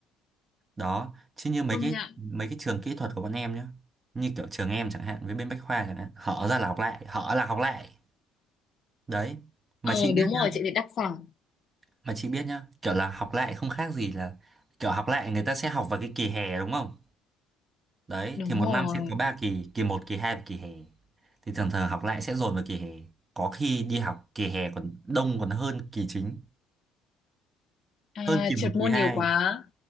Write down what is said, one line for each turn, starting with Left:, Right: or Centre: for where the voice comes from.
Right: đó chứ như mấy
Left: công
Right: cái
Left: nhận
Right: mấy cái trường kỹ thuật của bọn em nhá như kiểu trường em chẳng hạn với bên Bách Khoa chẳng hạn hở ra là học lại hở là học lại đấy mà
Left: ờ
Right: chị biết
Left: đúng rồi
Right: nhá
Left: chị thì đặc sản
Right: mà chị biết nhá kiểu là học lại không khác gì là kiểu học lại người ta sẽ học vào cái kỳ hè đúng không đấy
Left: đúng
Right: thì một
Left: rồi
Right: năm sẽ có 3 kỳ kỳ một kỳ 2 và kỳ hè thì thường thường học lại sẽ dồn vào kỳ hè có khi đi học kỳ hè còn đông còn hơn kỳ chính hơn
Left: à,
Right: kỳ một
Left: trượt môn
Right: kỳ 2
Left: nhiều quá